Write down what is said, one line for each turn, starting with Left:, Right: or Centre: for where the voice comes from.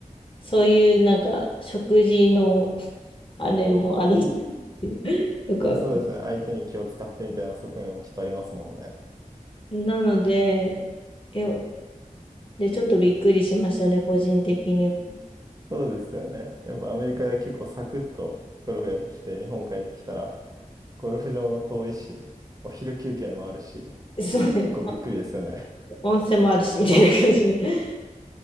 Left: そういうなんか食事のあれもあるんですよ。よくわかんな
Right: まあそうですね。相手に気を使ってみたいな側面もきっとありますもんね。
Left: いなので、えで、ちょっとびっくりしましたね、個人的に <laughs>
Right: そうですよね。やっぱアメリカで結構サクッとゴルフやってきて、日本帰ってきたら、ゴルフ場も遠いし、お昼休憩もあるし、
Left: そう、
Right: 結構びっくりですよね。
Left: 温泉もあるし、みたいな感じで。<laughs>